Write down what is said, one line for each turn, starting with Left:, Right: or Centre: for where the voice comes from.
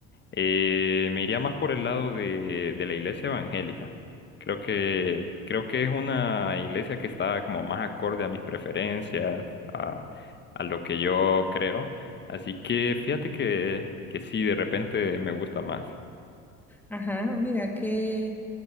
Left: eh, me iría más por el lado de, de la iglesia evangélica. Creo que, creo que es una iglesia que está como más acorde a mis preferencias, a, a lo que yo creo. Así que fíjate que, que sí, de repente me gusta más.
Centre: Ajá, mira, qué,